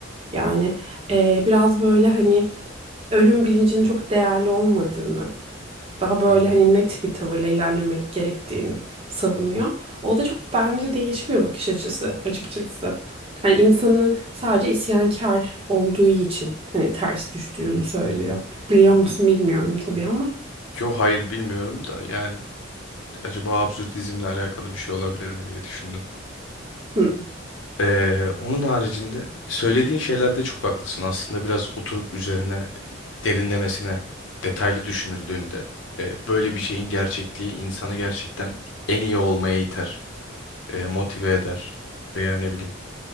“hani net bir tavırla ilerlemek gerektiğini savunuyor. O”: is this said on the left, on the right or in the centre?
Right